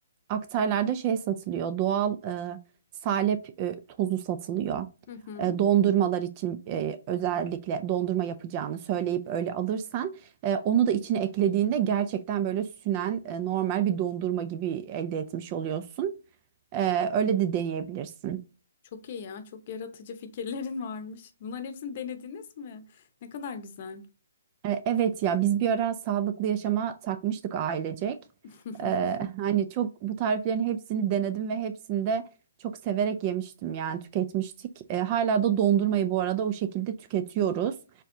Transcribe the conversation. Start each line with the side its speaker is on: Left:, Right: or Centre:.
Right: aktarlarda şey satılıyor. Doğal e, salep e, tozu satılıyor.
Left: Hı hı.
Right: E, dondurmalar için e, özellikle dondurma yapacağını söyleyip öyle alırsan e, onu da içine eklediğinde gerçekten böyle sünen e, normal bir dondurma gibi elde etmiş oluyorsun. E, öyle de deneyebilirsin.
Left: Çok iyi ya, çok yaratıcı fikirlerin varmış. Bunların hepsini denediniz mi? Ne kadar güzel.
Right: E, Evet ya biz bir ara sağlıklı yaşama takmıştık ailecek.
Left: <laughs>
Right: E, hani çok bu tariflerin hepsini denedim ve hepsinde çok severek yemiştim yani tüketmiştik. E, hala da dondurmayı bu arada o şekilde tüketiyoruz.